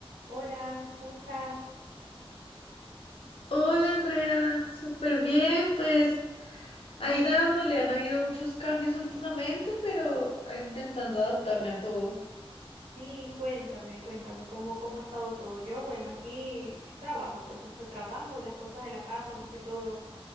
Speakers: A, on the right; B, on the left.
A: Hola, ¿cómo estás?
B: Hola Andrea, súper bien, pues ahí dándole, han habido muchos cambios últimamente, pero ahí intentando adaptarme a todo.
A: Sí, cuéntame, cuéntame, ¿cómo, cómo ha estado todo? Yo, bueno, aquí trabajo, pues mucho trabajo, y las cosas de la casa más que todo